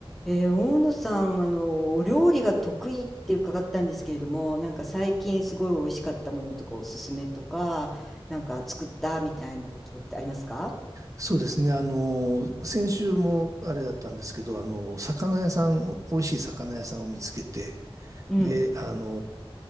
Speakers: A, in the centre; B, on the right (about 35°).
A: えー大野さん、あの、お料理が得意って伺ったんですけれども、なんか最近すごい美味しかったものとかおすすめとか、なんか作ったみたいなことってありますか
B: そうですね。あの、先週もあれだったんですけど、あの、魚屋さん、美味しい魚屋さんを見つけて、
A: うん、
B: で、あの